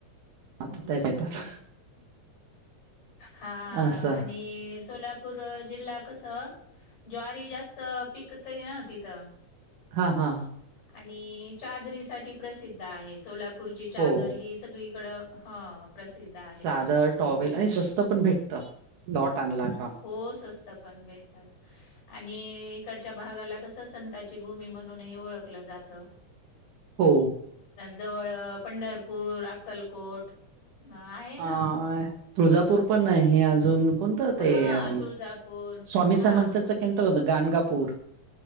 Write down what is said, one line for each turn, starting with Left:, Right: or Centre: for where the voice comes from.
Right: आता
Left: बरोबर
Right: त्याच येतात
Left: आहे हा
Right: असं
Left: आणि सोला पूर जिल्हा कस ज्वारी जास्त पिकत ना तिथं
Right: हा हा
Left: आणि चादरी साठी प्रसिद्ध आहे सोलापूरची चादर
Right: हो
Left: ही सगळीकड ह प्रसिद्ध आहे
Right: चादर टॉवेल आणि स्वस्त पण भेटत लॉट आणला का
Left: हो स्वस्त पण भेटतात आणि इकडच्या भागाला कस संताची भूमी म्हणूनही ओळखलं जातं
Right: हो.
Left: जवळ पंढरपूर अक्कलकोट अ, आहे
Right: अ
Left: ना.
Right: आहे तुळजापूर पण आहे अजून कोणतं ते
Left: हां,
Right: अ
Left: तुळजापूर
Right: स्वामी
Left: हां,
Right: समर्थाच
Left: हां.
Right: कोणत होत गाणगापूर